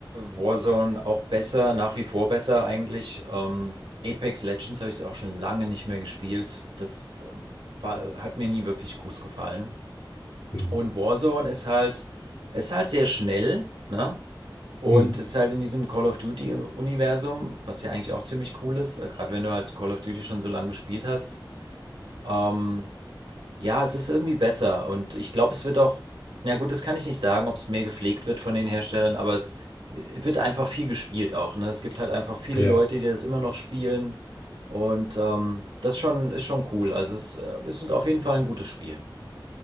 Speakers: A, on the right; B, on the left.
A: Warzone auch besser, nach wie vor besser eigentlich. Ähm, Apex Legends habe ich auch schon lange nicht mehr gespielt. Das ähm, war, hat mir nie wirklich gut gefallen.
B: Mhm.
A: Und Warzone ist halt, ist halt sehr schnell, ne? Und
B: hm.
A: ist halt in diesem Call of Duty-Universum, was ja eigentlich auch ziemlich cool ist, äh, gerade wenn du halt Call of Duty schon so lange gespielt hast. Ähm, ja, es ist irgendwie besser und ich glaube, es wird auch, na gut, das kann ich nicht sagen, ob es mehr gepflegt wird von den Herstellern, aber es äh, wird einfach viel gespielt auch, ne? Es gibt halt einfach viele
B: Ja.
A: Leute, die das immer noch spielen und ähm, das schon, ist schon cool. Also es äh, ist auf jeden Fall ein gutes Spiel.